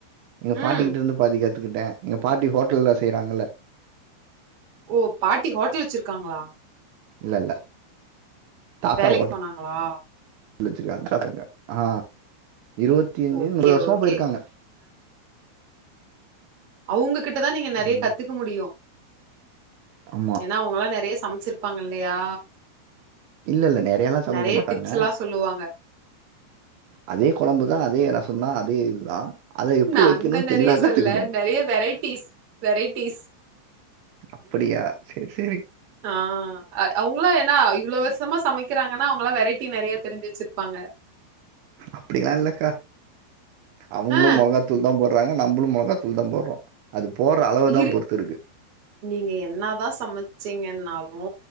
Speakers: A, on the right (about 75°); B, on the right (about 35°).
A: எங்க பாட்டிக்கிட்ட
B: ம்
A: இருந்து பாதிக் கத் கிட்டே எங்க பாட்டி ஹோட்டல்ல செய்றாங்கல்ல
B: ஓ பாட்டி ஹோட்டல் வச்சிருக்காங்களா
A: இல்ல இல்ல தாத்தா
B: வேலைக்கு
A: ஹோட்டல்
B: போனாங்களா
A: <unintelligible> வச்சிருக்காங்க <unintelligible> ஆ இருவத்தி அஞ்சு
B: ஓகே
A: <unintelligible> வருஷமா
B: ஓகே
A: போயிருக்காங்க
B: அவங்க கிட்டதா நீங்க நறைய
A: ம்
B: கத்துக்க முடியு
A: ஆமா
B: ஏன்னா அவங்கல்லா நறைய சமைச்சிருப்பாங்க இல்லையா
A: இல்ல இல்ல நறயல்லா சமைக்க
B: நெறைய
A: மாட்டாங்க
B: டிப்ஸ் எல்லா சொல்லுவாங்க
A: அதே கொழம்புதா அதே ரச எப்டின்னா அதே இதுதா அத எப்டி
B: நா
A: வைக்கணுனு
B: அந்த நெறைய
A: தெளிவா கத்துக்கணு
B: சொல்ல நெறைய வெரைட்டிஸ் வெரைட்டிஸ்
A: அப்படியா சேரி சேரி
B: ஆ அவங்களா எனா இவ்ள வருஷ் மா சமைக்கிறாங்கன்னா அவங்களா வெரைட்டி நறைய தெரிஞ்சு வச்சிருப்பாங்க
A: அப்படிலா இல்லக்கா அவங்களு
B: ஆ
A: மொளகாத்தூள் தா போ ட்ராங்க நம்மளு மொளகா தூள் தா போட்றோ அது போடுற அளவுதா
B: இரு
A: பொறுத்து இருக்கு
B: நீங்க என்னாதா சமைச்சீங்கன்னாலு